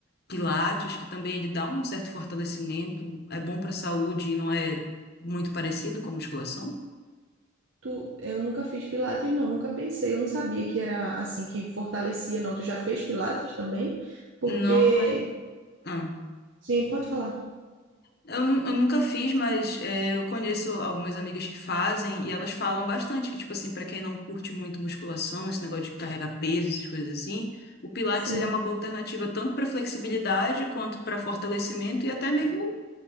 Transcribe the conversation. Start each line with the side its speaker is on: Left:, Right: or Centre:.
Left: pilates, que também ele dá um certo fortalecimento, é bom pra saúde e não é muito parecido com a musculação?
Right: Tu... Eu nunca fiz pilates, não, nunca pensei. Eu não sabia que era assim, que fortalecia, não. Tu já fez pilates também? Porque.
Left: Não, mas. ah.
Right: Sim, pode falar.
Left: Eu, nu- eu nunca fiz, mas é, eu conheço algumas amigas que fazem e elas falam bastante que, tipo assim, pra quem não curte muito musculação, esse negócio de carregar peso, essas coisas assim, o Pilates
Right: Sim.
Left: ele é uma boa alternativa tanto pra flexibilidade quanto pra fortalecimento e até mesmo